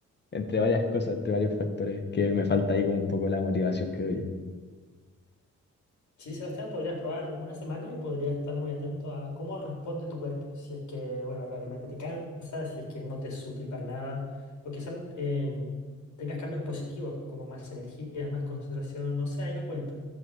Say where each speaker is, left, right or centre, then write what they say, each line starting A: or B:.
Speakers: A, on the left; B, on the left.
A: entre varias cosas, entre varios factores, que me falta ahí como un poco la motivación, creo yo.
B: Sí, Sebastián, podrías probar una semana y podrías estar muy atento a cómo responde tu cuerpo. Si es que, bueno, realmente te cansa, si es que no te es útil para nada, o quizás em, tengas cambios positivos, como más energía, más concentración, no sé, ahí me cuentas.